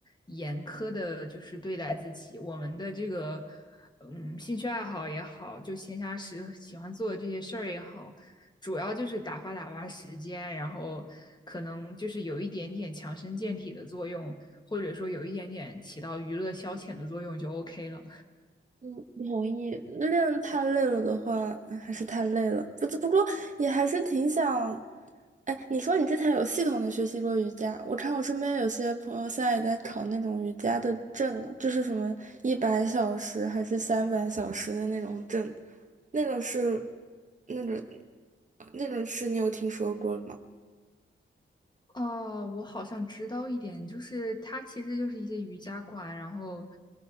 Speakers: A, on the left (about 20°); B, on the right (about 40°).
A: 严苛的，就是对待自己。我们的这个，嗯，兴趣爱好也好，就闲暇时喜欢做的这些事儿也好，主要就是打发打发时间，然后可能就是有一点点强身健体的作用，或者说有一点点起到娱乐消遣的作用就 OK 了。
B: 嗯，不同意。练太累了的话，哎还是太累了。不不过也还是挺想。哎，你说你之前有系统的学习过瑜伽，我看我身边有些朋友现在也在考那种瑜伽的证呢，就是什么一百小时还是三百小时的那种证，那种是那种那种是你有听说过吗？
A: 哦，我好像知道一点，就是它其实就是一些瑜伽馆，然后，